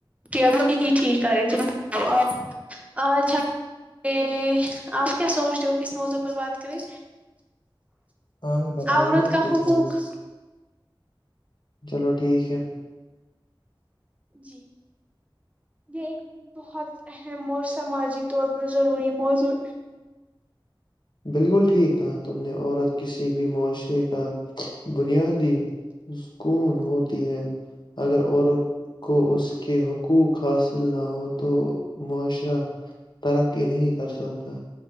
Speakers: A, on the right; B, on the left.
A: ی ٹھیک کر رہے ت آپ آج ہم آپ کیا سوچ رہے ہو کس موضوع پر بات کریں
B: ہاں جی، بتائیے
A: عورت
B: نا
A: کا
B: کس
A: حقوق
B: موضوع چلو ٹھیک ہے
A: جی یہ ایک بہت اہم اور سماجی طور پر ضروری موضوع
B: بالکل ٹھیک کہا تم نے عورت کسی بھی معاشرے کا بنیادی سکون ہوتی ہے اگر عورت کو اس کے حقوق حاصل نہ ہو تو معاشرہ ترقی نہیں کر سکتا